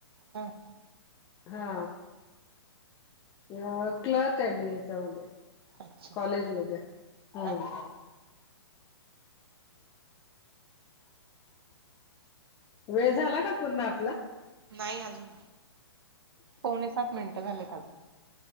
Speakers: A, on the right; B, on the left.
A: हम्म
B: हा अ क्लर्क आहे मी याच्यामध्ये,
A: अच्छा
B: कॉलेज मध्ये, हम्म
A: अच्छा
B: वेळ झाल ना पूर्ण आपला
A: नाही अजून, पावणे सात मिनिटं झालेत अजून